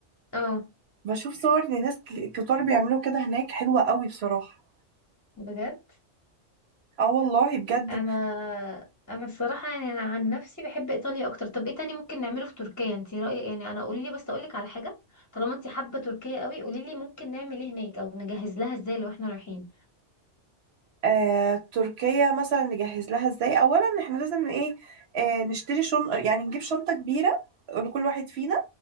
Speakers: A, on the left; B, on the right.
A: اه
B: بشوف صور لناس ك- كتار بيعملوا كده هناك حلوه قوي بصراحه
A: بجد
B: اه والله بجد
A: انا انا الصراحه يعني انا عن نفسي بحب ايطاليا اكتر طب ايه تاني ممكن نعمله في تركيا انت رايك يعني انا قولي لي بس اقول لك على حاجه طالما انت حابه تركيا قوي قولي لي ممكن نعمل ايه هناك او نجهز لها ازاي لو احنا رايحين
B: آه تركيا مثلا نجهز لها ازاي اولا احنا لازم ايه آه نشتري شن يعني نجيب شنطه كبيره لكل واحد فينا